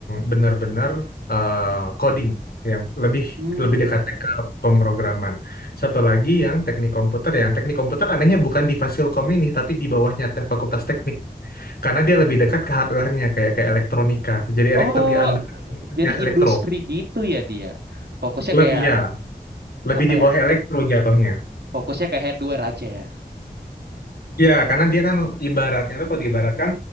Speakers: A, on the left; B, on the right.
A: benar-benar eh, coding yang lebih
B: Hmm.
A: lebih dekatnya ke pemrograman. Satu lagi yang teknik komputer, yang teknik komputer anehnya bukan di Fasilkom ini, tapi di bawahnya te- Fakultas Teknik. karena dia lebih dekat ke hardware-nya kayak kayak elektronika. Jadi elektro
B: Oh,
A: di under
B: jadi
A: ya, elektro.
B: industri gitu ya dia. Fokusnya
A: Lebih
B: kayak
A: ya, lebih
B: apa
A: di bawah
B: ya?
A: elektro jatuhnya.
B: Fokusnya kayak hardware aja ya.
A: Ya, karena dia kan ibaratnya tuh kalau diibaratkan